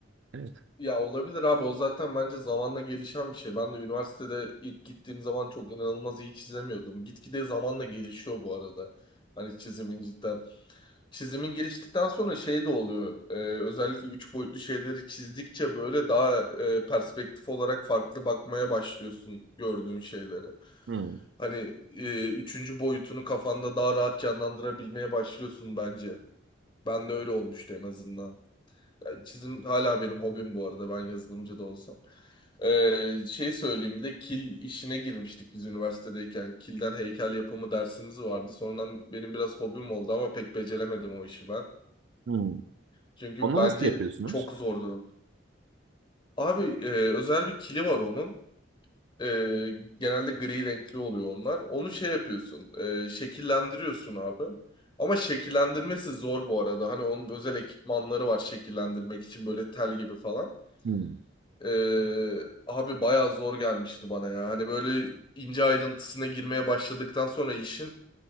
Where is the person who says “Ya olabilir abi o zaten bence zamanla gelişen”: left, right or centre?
Left